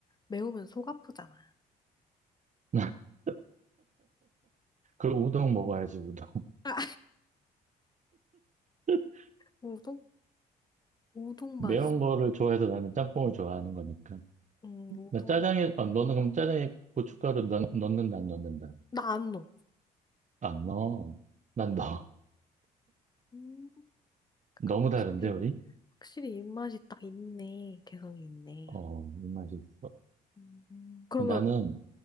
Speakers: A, on the left; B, on the right.
A: 매우면 속 아프잖아.
B: <laughs> 그리고 우동 먹어야지, 우동.
A: 아,
B: <laughs>
A: 우동? 우동
B: 매운
A: 맛.
B: 거를 좋아해서 나는 짬뽕을 좋아하는 거니까.
A: 음, 우동.
B: 나 짜장에, 어, 너는 그럼 짜장에 고춧가루 넣, 넣는다, 안 넣는다?
A: 나 안 넣어.
B: 안 넣어. 난 넣어.
A: 음,
B: <laughs>
A: 그러니까
B: 너무
A: 확실히,
B: 다른데, 우리?
A: 확실히 입맛이 딱 있네. 개성이 있네.
B: 어, 이 맛이 있어.
A: 음, 그러면,
B: 나는,